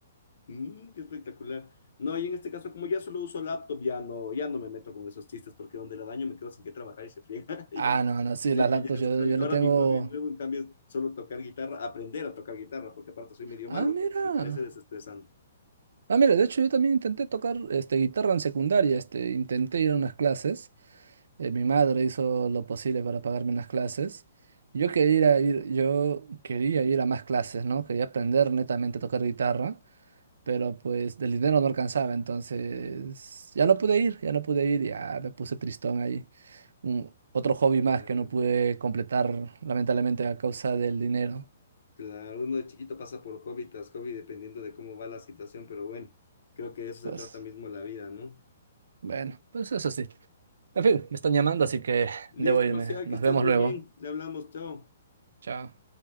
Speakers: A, on the left; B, on the right.
A: Mm, qué espectacular. No, y en este caso, como ya solo uso laptop, ya no, ya no me meto con esos chistes porque donde la daño me quedo sin qué trabajar y se friega. <laughs> Ya,
B: Ah, no, no, sí,
A: Sí,
B: las laptops
A: ya esos
B: yo,
A: hobbies.
B: yo le
A: Ahora
B: tengo...
A: mi hobby nuevo, en cambio, es solo tocar guitarra, aprender a tocar guitarra, porque aparte soy medio
B: Ah,
A: malo,
B: mira.
A: pero me parece desestresante.
B: Ah, mira, de hecho yo también intenté tocar este, guitarra en secundaria. Este, intenté ir a unas clases. Eh, mi madre hizo lo posible para pagarme unas clases. Yo quería ir, a ir- yo quería ir a más clases, ¿no? Quería aprender netamente a tocar guitarra, pero pues del dinero no alcanzaba, entonces ya no pude ir, ya no pude ir, ya me puse tristón ahí. Un- otro hobby
A: Mm,
B: más que no pude completar, lamentablemente, a causa del dinero.
A: claro, uno de chiquito pasa por hobby tras hobby dependiendo de cómo va la situación, pero bueno, creo que de eso se
B: Pues
A: trata mismo la vida, ¿no?
B: bueno, pues eso sí. En fin, me están llamando, así que
A: Listo,
B: debo irme.
A: Marcial,
B: Nos
A: que estés
B: vemos
A: muy
B: luego.
A: bien. Le hablamos, chao.
B: Chao.